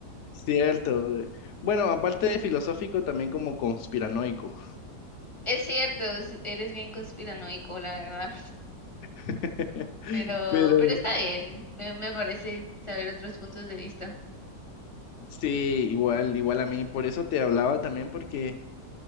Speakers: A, on the left (about 75°); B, on the left (about 35°).
A: Cierto. güey. Bueno, aparte de filosófico, también como conspiranoico.
B: Es cierto, es- eres bien conspiranoico, la verdad,
A: <laughs>
B: pero,
A: Pero
B: pero está bien, me, me parece saber otros puntos de vista.
A: sí, igual, igual a mí, por eso te hablaba también, porque,